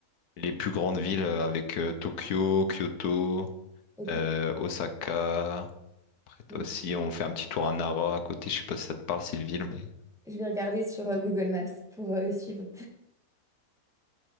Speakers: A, on the left; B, in the centre.
A: les plus grandes villes euh, avec euh, Tokyo, Kyoto,
B: ok.
A: euh, Osaka. Après t'as
B: ok.
A: aussi, on fait un petit tour à Nara à côté. Je sais pas si ça te parle, cette ville, mais.
B: Je vais regarder sur euh, Google Maps pour euh, suivre.